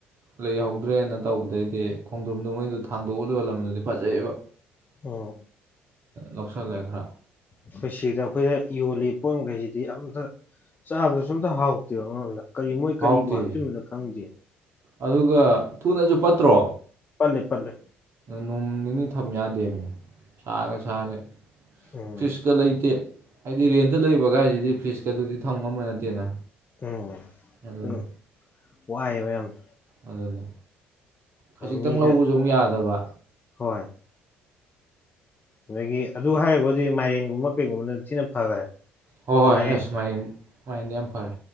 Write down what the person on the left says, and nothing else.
ꯎꯝ
ꯑꯩꯈꯣꯏ ꯁꯤꯗ ꯑꯩꯈꯣꯏꯗ ꯌꯣꯜꯂꯤꯕ ꯄꯣꯠ ꯃꯈꯩꯁꯤꯗꯤ ꯑꯝꯇ ꯆꯥꯕꯗꯁꯨ ꯑꯇ ꯍꯥꯎꯇꯦꯕ ꯑꯃꯣꯝꯗ ꯀꯔꯤ ꯃꯣꯏ ꯀꯔꯤꯕꯨ
ꯍꯥꯞꯆꯤꯟꯕꯅꯣ ꯈꯪꯗꯦ
ꯄꯜꯂꯦ ꯄꯜꯂꯦ
ꯎꯝ
ꯎꯝ
ꯁꯨꯝ ꯋꯥꯏꯑꯕ ꯌꯥꯝꯅ
ꯃꯤꯗ
ꯍꯣꯏ ꯑꯗꯒꯤ ꯑꯗꯨ ꯍꯥꯏꯒꯗꯤ ꯃꯥꯏꯔꯦꯟꯒꯨꯝꯕ ꯀꯩꯒꯨꯝꯕꯅ ꯊꯤꯅ ꯐꯈꯔꯦ
ꯃꯥꯏꯔꯦꯟ